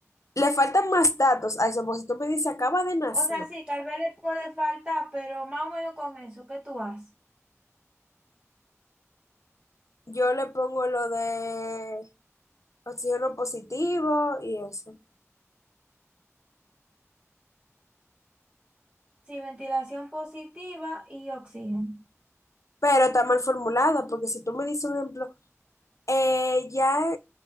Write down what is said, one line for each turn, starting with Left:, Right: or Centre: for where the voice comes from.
Left: le faltan más datos a eso, porque si tú me dices acaba de nacer,
Right: O sea, sí, tal vez le puede faltar, pero más o menos con eso, ¿qué tú haces?
Left: yo le pongo lo de oxígeno positivo y eso.
Right: Sí, ventilación positiva y oxígeno.
Left: Pero está mal formulada, porque si tú me dices un ejemplo, eh, ya